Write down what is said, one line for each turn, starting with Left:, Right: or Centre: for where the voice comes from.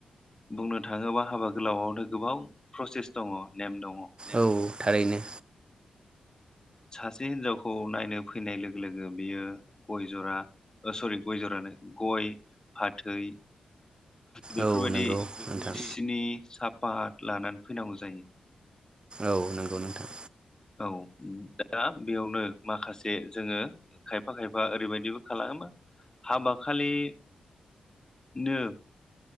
Left: बुंनो थाङोबा हाबा गोलावावनो गोबां प्रसेस दङ नेम दङ
Right: औ थारैनो
Left: सास से मोन हिनजावखौ नायनो फैनाय लोगो लोगो बियो गय जरा अ सरि गय जरानो गय फाथै बेफोरबायदि
Right: औ नंगौ नोंथां
Left: सिनि साब पाट लानानै फैनांगौ जायो
Right: औ नंगौ नोंथां।
Left: औ दा बेयावनो माखासे जोङो खायफा खायफा ओरैबायदिबो खालामो हाबााखलि नो